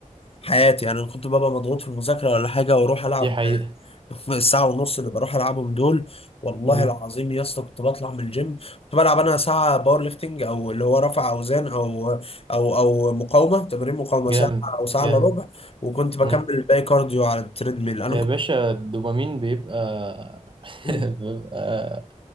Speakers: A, on the left; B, on the right.
A: حياتي يعني أنا كنت ببقى مضغوط في المذاكرة ولا حاجة واروح العب
B: دي حقيقة
A: <laughs> الساعة ونص اللي بروح العبهم دول والله
B: مم.
A: العظيم يا اسطى كنت بطلع من الجيم كنت بلعب انا ساعة باور ليفتنج او اللي هو رفع اوزان او او او مقاومة تمارين مقاومة
B: جامد
A: ساعة او ساعة
B: جامد
A: الا ربع وكنت بكمل
B: مم.
A: الباقي كارديو على التريدميل انا
B: يا
A: كنت
B: باشا الدوبامين بيبقى <laughs>
A: مم.
B: بيبقى